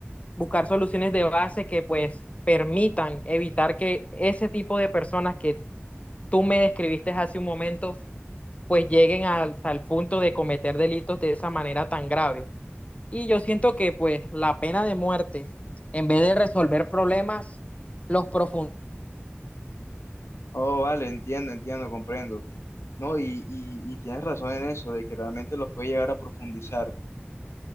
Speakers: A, on the left; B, on the left.
A: Buscar soluciones de base que pues permitan evitar que ese tipo de personas que tú me describiste hace un momento pues lleguen hasta el punto de cometer delitos de esa manera tan grave. Y yo siento que pues la pena de muerte, en vez de resolver problemas, los profundiza.
B: Oh, vale, entiendo, entiendo, comprendo. No, y, y, y tienes razón en eso, de que realmente los puede llegar a profundizar.